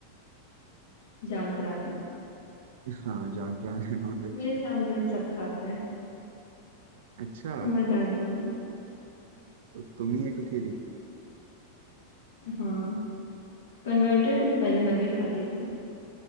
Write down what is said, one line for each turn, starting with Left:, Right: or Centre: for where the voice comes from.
Left: जान पराने
Right: हाँ जान पहचान है नॉन वेज
Left: मेरे फैमिली में सब खाते हैं
Right: अच्छा
Left: समझ आ गया मुझे
Right: तो तुम ही एक अकेली
Left: हाँ कन्वर्टेड हूँ पहले मैं भी खाती थी